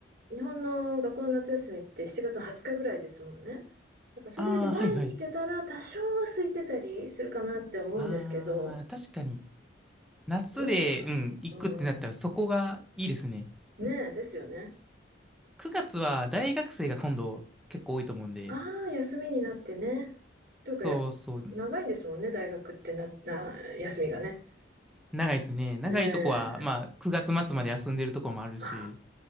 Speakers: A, on the right; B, in the centre.
A: 日本の学校の夏休みって7月の20日ぐらいですもんね。だからそれより前に行けたら、
B: ああ、はいはい。
A: 多少は空いてたりするかなって思うんですけど、
B: ああ、確かに。夏で、
A: どうですか？
B: うん、行くってなったらそこがいいですね。
A: うーん。ねえ、ですよね。
B: 9月は大学生が今度結構多いと思うんで。
A: ああ、休みになってね。というか、
B: そうそう。
A: や長いんですもんね、大学ってなな休みがね。
B: 長いですね。長いとこは、
A: ねえ。
B: まあ、9月末まで休んでるとこもあるし、
A: あ